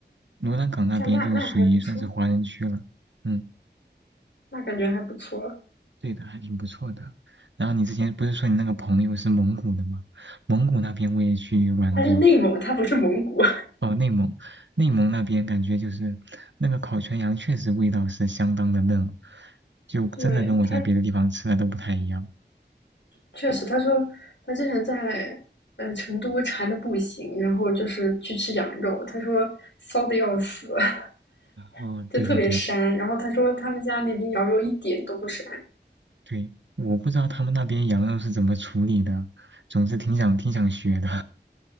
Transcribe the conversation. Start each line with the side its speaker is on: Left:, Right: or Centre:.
Right: 罗南港那边就属于算是华人区了。
Left: 那那那还不错，
Right: 嗯。
Left: 那感觉还不错。
Right: 对的，还挺不错的。然后你之前不是说你那个朋友是蒙古的吗？蒙古那边我也去玩过，
Left: 它是内蒙，它不是蒙古。
Right: 哦，内蒙，内蒙那边感觉就是那个烤全羊确实味道是相当的嫩，就真的跟我在别的地方吃的都不太一样。
Left: 对，他确实，他说他之前在呃成都馋的不行，然后就是去吃羊肉，他说骚的要死，<laughs>
Right: 哦，
Left: 就特别膻。
Right: 对对对
Left: 然后他说他们家那边羊肉一点都不膻
Right: 对，我不知道他们那边羊肉是怎么处理的，总之挺想挺想学的。